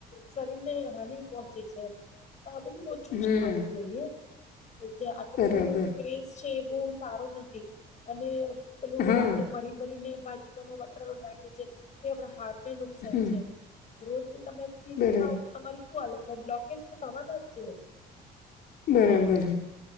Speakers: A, on the left; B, on the left.
A: શરીર ને હાનિ પહોંચે છે. તો આ બધું ઓછું
B: હમ
A: જ ખાવું જોઈએ જે આટલું
B: બરાબર
A: બધું એ બહ સારું નથી અને પેલું
B: હા
A: આપડે ભરી ભરીને બાજીબામાં વટારો નાખે છે તે આપડા હાર્ટ ને નુકસાન
B: હમ
A: છે. રોજ તમે ચીઝ
B: બરાબર
A: ખાવ તો તમારી શું હાલત થાય બ્લોકેજ તો થવાના જ છે.
B: બરાબર